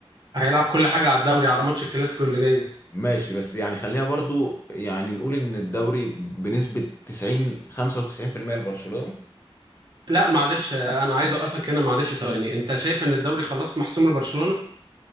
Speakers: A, on the right (about 45°); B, on the left (about 25°).
A: هيلعب كل حاجة على الدوري على ماتش الكلاسيكو اللي جاي
B: ماشي بس يعني خلينا برضو يعني نقول ان الدوري بنسبه 90 95% لبرشلونه
A: لا معلش انا عايز اوقفك هنا معلش ثواني انت شايف ان الدوري خلاص محسوم لبرشلونة